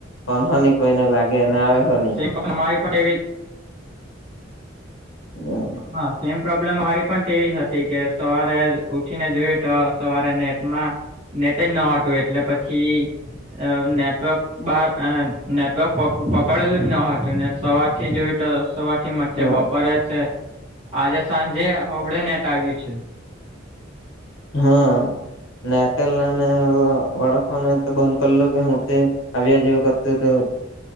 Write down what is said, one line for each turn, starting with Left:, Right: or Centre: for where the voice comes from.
Left: હનસન કોઈને લાગેને શન
Right: બીમારી પવી
Left: હમ
Right: હા સેમ પ્રોબ્લેમ અરી પણ તેવી હતી કે સવારે ઉઠીને જોયું તો સવારે નેટમાં નેટજ ન હતું એટલે પછી નેટવર્ક બાર નેટવર્ક પકડેલું જ ન હતું ને સવાર થી જોય સવારથી મચ્ે
Left: હા
Right: બપોરે છે આજે સાંજે અવડે નેટ આવ્યું છે
Left: હા અને એરટેલ વડાફોન તો બંધ કરીલો કે હું તે આવ્યા જેવું કરતું તો